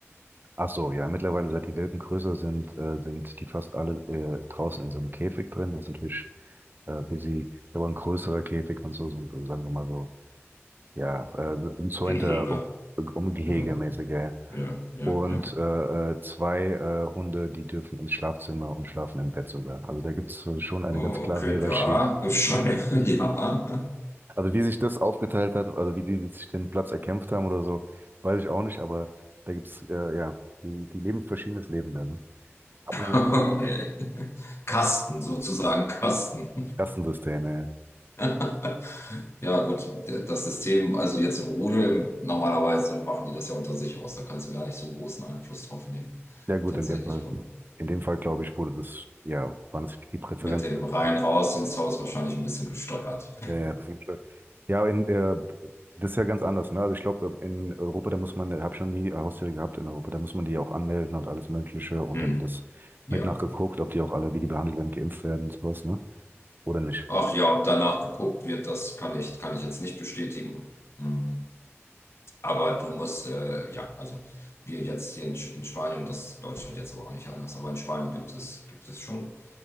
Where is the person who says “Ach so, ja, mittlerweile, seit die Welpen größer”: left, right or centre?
Right